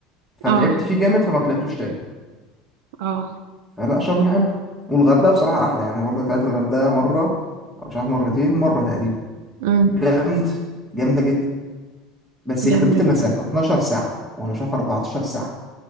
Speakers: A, in the centre; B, on the right.
A: فتعبت
B: اه
A: فيه جامد فما طلعتوش تاني
B: اه
A: فلا شرم حلو والغردقة بصراحة أحلى يعني أنا برضك طلعت الغردقة مرة أو مش عارف مرتين مرة تقريبا
B: امم
A: جامد جامدة جدا بس
B: جامد
A: يخرب بيت
B: جدا
A: المسافة 12 ساعة وأنا شايف 14 ساعة